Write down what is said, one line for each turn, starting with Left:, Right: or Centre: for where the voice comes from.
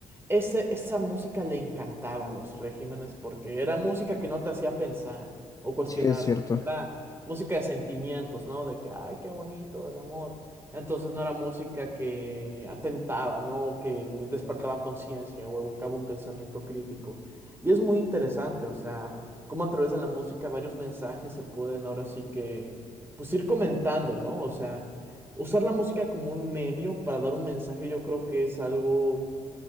Right: Ese- esa música le encantaba a los regímenes porque era música que no te hacía pensar o cuestionar,
Left: Sí, es cierto.
Right: era música de sentimientos, ¿no? De que, ay, qué bonito el amor. Entonces no era música que atentaba, ¿no? O que despertaba conciencia o evocaba un pensamiento crítico. Y es muy interesante, o sea, cómo a través de la música varios mensajes se pueden ahora sí que, pues ir comentando, ¿no? O sea, usar la música como un medio para dar un mensaje, yo creo que es algo